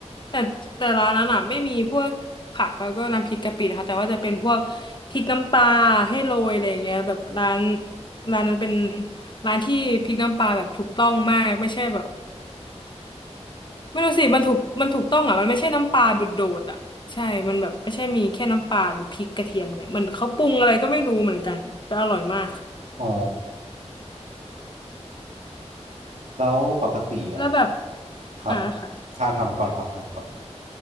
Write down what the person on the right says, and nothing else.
อ๋อแล้วปกติอ่ะ
ครับ
ทางทำก่อนครับทำก่อน